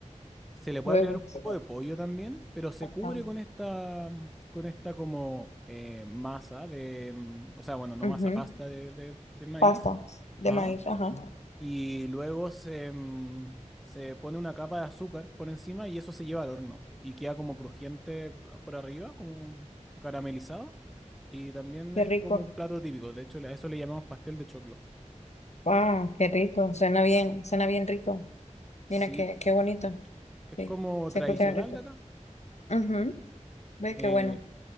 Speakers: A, in the centre; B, on the left.
A: Se le puede
B: Huevos.
A: agregar un poco de pollo también, pero se
B: Ajá.
A: cubre con esta, mm, con esta como eh, masa de, mm, o sea, bueno, no
B: Ujú.
A: masa, pasta de, de- de maíz.
B: Pastas de
A: Ajá.
B: maíz, ajá.
A: Y luego se, mm, se pone una capa de azúcar por encima y eso se lleva al horno y queda como crujiente por arriba, como caramelizado. Y también
B: Qué
A: es
B: rico.
A: como un plato típico, de hecho a eso le llamamos pastel de choclo.
B: Wow, qué rico. Suena bien, suena bien rico. Mira
A: Sí,
B: qué, qué bonito.
A: es
B: Sí,
A: como
B: se
A: tradicional
B: escucha bien rico.
A: de acá.
B: Ujú. Ve
A: eh,
B: qué bueno.